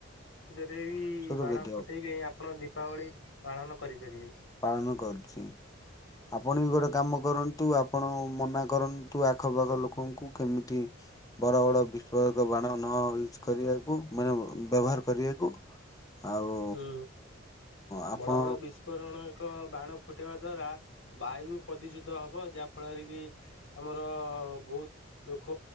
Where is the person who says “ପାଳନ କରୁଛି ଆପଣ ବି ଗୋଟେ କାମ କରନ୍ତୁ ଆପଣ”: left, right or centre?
Left